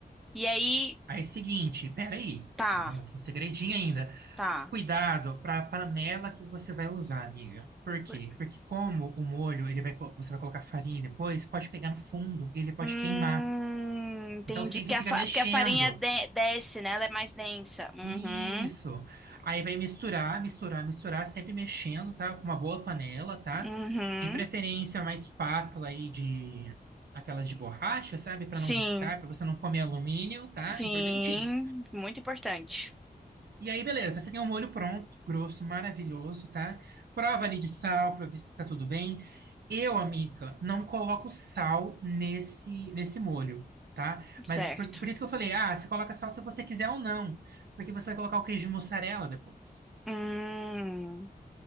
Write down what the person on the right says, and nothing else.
Aí, seguinte, peraí,
calma, tem um segredinho ainda.
Cuidado para a panela que você vai usar, amiga. Por quê?
Porque como o molho, ele vai, co- você vai colocar farinha depois, pode pegar no fundo, ele pode
queimar.
Então sempre
fica
mexendo.
Isso. Aí vai misturar, misturar, misturar, sempre mexendo, tá? Com uma boa panela, tá?
De preferência, uma espátula aí de aquelas de borracha, sabe? Para
não riscar, para você não comer alumínio, tá?
Importantinho.
E aí, beleza, você tem um molho pronto, grosso, maravilhoso, tá? Prova ali de sal pra ver se tá tudo bem. Eu, amiga, não coloco sal nesse nesse molho, tá?
Mas por, por isso que eu falei, ah, você coloca sal se você quiser ou não, porque você vai colocar o queijo mussarela depois.